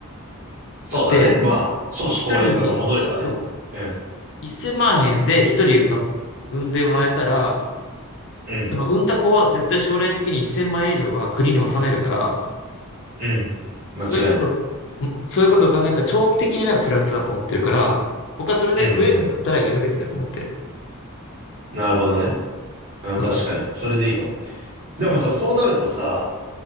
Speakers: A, on the right; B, on the left.
A: そうだね。
B: だって、
A: まあ、少子高齢化が戻ればね。
B: 一人に、そ
A: うん。
B: う、1000万円で一人産ま産んでもらえたら、
A: うん。
B: その産んだ子は絶対将来的に1000万円以上は国に納めるから、
A: うん。間違いない。
B: そういうこと、んそういうことを考えたら長期的にはプラスだと思ってるから、僕はそれで増えるんだったらやるべきだと思ってる。
A: うんうん。なるほどね。うん、
B: そう。
A: 確かに。それでいいかもね。でもさ、そうなるとさ、